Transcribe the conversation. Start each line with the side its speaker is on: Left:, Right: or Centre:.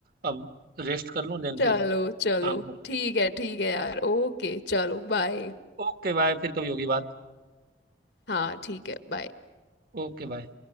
Right: अब रेस्ट कर लूँ देन
Left: चलो
Right: फिर
Left: चलो
Right: काम करूँ
Left: ठीक है ठीक है यार ओके चलो बाय
Right: ओके बाय फिर कभी होगी बात
Left: हाँ ठीक है बाय
Right: Okay bye